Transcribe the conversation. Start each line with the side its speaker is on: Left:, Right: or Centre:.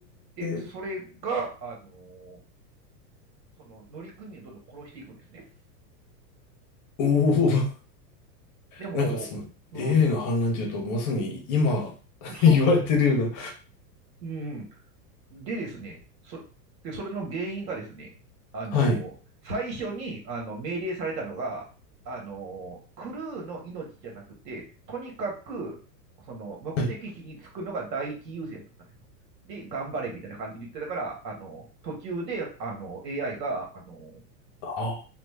Right: で、それが、
Left: え、
Right: あのーその乗組員をどんどん殺していくんですね。
Left: おお。
Right: でも、
Left: なんかその
Right: うん
Left: AI の反乱というと、まさに今 <laughs>
Right: そうそう、
Left: 言われてるような。
Right: うん。でですね、そで、それの原因がですね、あのー最初にあの命令されたのが、
Left: はい。
Right: あのークルーの命じゃなくて、とにかくその目的地に着くのが第一優先だったんですよ。
Left: はい。
Right: で、頑張れみたいな感じで言ってたから、あのー途中であの AI があのー
Left: ああ、